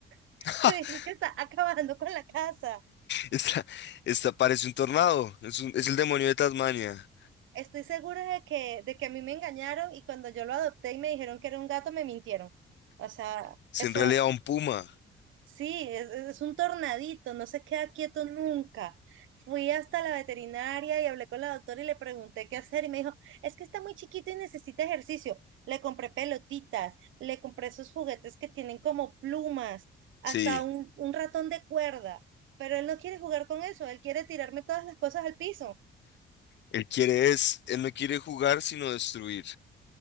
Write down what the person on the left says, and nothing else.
<laughs>
esta, esta parece un tornado. Es, un- es el demonio de Tasmania.
Es
en realidad un puma.
Sí,
él quiere es, él no quiere jugar, sino destruir.